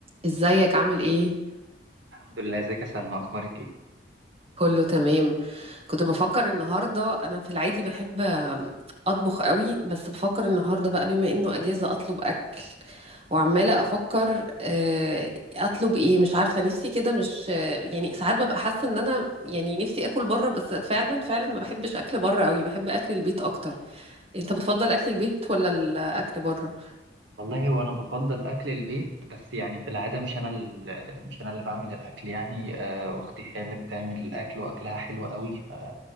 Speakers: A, on the right; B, on the right.
A: ازيك عامل ايه
B: الحمد لله ازيك يا سلمى اخبارك ايه
A: كله تمام كنت بفكر النهارده انا في العادي بحب اطبخ قوي بس بفكر النهارده بقى بما انه اجازه اطلب اكل وعماله افكر آه، اطلب ايه مش عارفه نفسي كده مش آه، يعني ساعات ببقى حاسه ان انا يعني نفسي اكل بره بس فعلا فعلا ما بحبش اكل بره قوي بحب اكل البيت اكتر انت بتفضل اكل البيت ولا الاكل بره
B: والله هو انا بفضل اكل البيت بس يعني في العاده مش انا ال- مش انا اللي بعمل الاكل يعني آه، اختي هي اللي بتعمل الاكل واكلها حلو قوي ف-